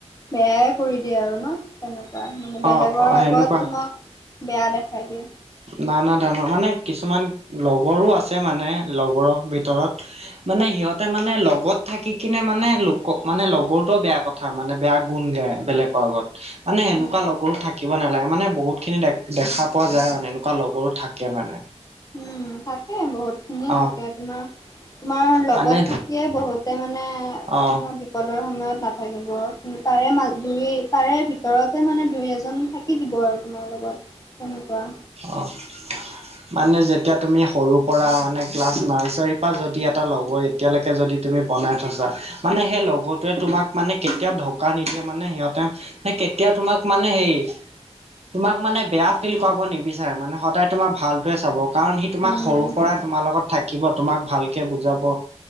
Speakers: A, on the left; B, on the right.
A: বেয়াই কৰি দিয়ে আৰু ন তেনেকুৱা মানে বেলেগৰ
B: অ' অ'
A: আগত
B: সেনেকুৱা
A: তোমাক বেয়া দেখাই দিয়ে।
B: নানা ধৰণৰ মানে কিছুমান লগৰো আছে মানে লগৰৰ ভিতৰত মানে সিহঁতে মানে লগত থাকি কিনে মানে লোকক মানে লগৰটো বেয়া কৰে। কথা মানে বেয়া গুণ গায় বেলেগৰ আগত মানে সেনেকুৱা
A: উম
B: লগৰ থাকিব নালাগে মানে বহুত খিনি দে দেখা পোৱা যায় মানে এনেকুৱা লগৰো থাকে মানে।
A: উম থাকে বহুত খিনিয়ে
B: অ
A: থাকে তোমাৰ তোমাৰ লগত
B: মানে
A: থাকিয়ে বহুতে মানে
B: অ
A: তোমাৰ বিপদৰ সময়ত নাথাকিব কিন্তু তাৰে মাজ তাৰে ভিতৰত ত মানে দুই এজন থাকি দিব আৰু তোমাৰ লগত তেনেকুৱা
B: অঁ মানে যেতিয়া তুমি সৰু পৰা মানে ক্লাছ নাৰ্চাৰীৰ পৰা যদি এটা লগৰ এতিয়ালৈকে যদি তুমি বনাই থৈছাঁ। মানে সেই লগৰটোৱে তোমাক মানে কেতিয়াও ধকা নিদিয়ে। মানে সিহঁতে কেতিয়াও তোমাক মানে হে তোমাক মানে বেয়া ফিল কৰা নিবি চাৰে মানে সদায় তোমাৰ ভালটোৱে চাব। কাৰণ সি তোমাক
A: উম
B: সৰুৰ পৰাই তোমাৰ লগত থাকিব তোমাক ভাল কে বুজাব